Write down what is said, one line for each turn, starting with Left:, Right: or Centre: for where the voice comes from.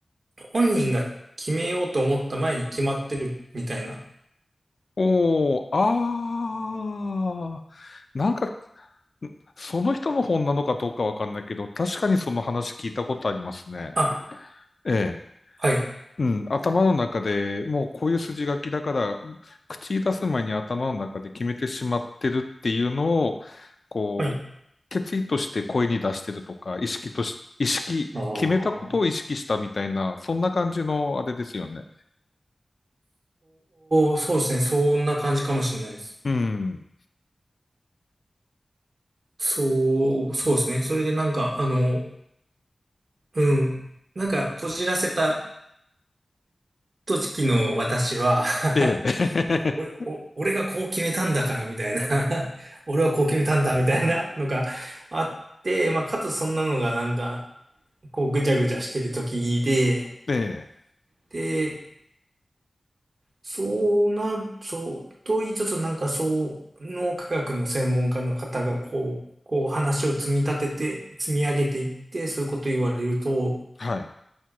Right: 本人が決めようと思った前に決まってるみたいな。
Left: おー、あー、なんかその人の本なのかどうかわかんないけど、確かにその話聞いたことありますね。
Right: あ、
Left: ええ。
Right: はい、
Left: うん、頭の中でもうこういう筋書きだから、口に出す前に頭の中で決めてしまってるっていうのを、こう、
Right: はい。
Left: 決意として声に出してるとか、意識とし、意識、
Right: ああ、そ
Left: 決めたことを意識したみたいな、そんな感じのあれですよね。
Right: う、そうですね。そんな感じかもしれないです。
Left: うん。
Right: そう、そうですね。それでなんか、あの、うん。なんか、こじらせた時の私は <laughs>
Left: ええ。
Right: 俺、お、俺がこう決めたんだから、みたいな <laughs> 俺はこう決めたんだ、みたいなのがあって、まあ、かつそんなのがなんか、こうぐちゃぐちゃしてる時で、
Left: <laughs> ええ。
Right: で、そうなる、そう、と言いつつなんかその科学の専門家の方がこう、こう話を積み立てて、積み上げていって、そういうこと言われると、
Left: はい。